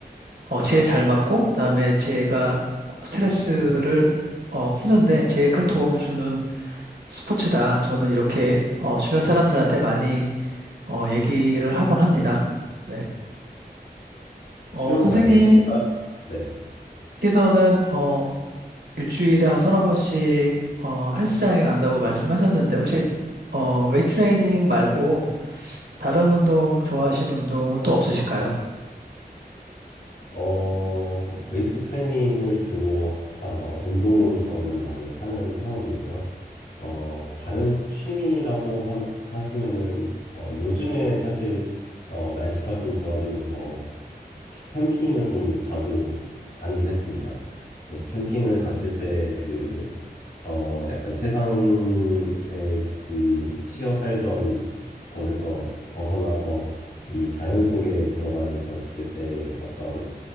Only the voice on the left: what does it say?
수영
말고 뭔 네.
어, 웨이트 트레이닝을 주로 하- 어, 운동으로서는 많이 하는 편이고요. 어, 다른 취미라고 함- 하시면은 어, 요즘에 사실 어, 날씨가 좀 좋아지면서 캠핑을 좀 자주 다니긴 했습니다. 그래서 캠핑을 갔을 때그 어, 약간 세상에 이 치여 살던 것에서 벗어나서 이 자연 속에 들어가 있었을 때의 어떤